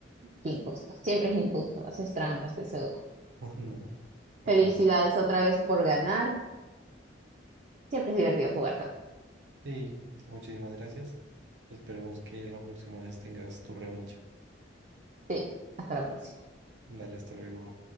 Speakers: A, on the right (about 40°); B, on the right (about 90°).
A: Injusto, siempre es injusto, haces trampa, estoy segura.
B: <laughs> No, para
A: Felicidades
B: nada.
A: otra vez por ganar, siempre es divertido jugar contigo.
B: Sí, muchísimas gracias. Esperemos que la próxima vez tengas tu revancha.
A: Sí, hasta la próxima.
B: Dale, hasta luego.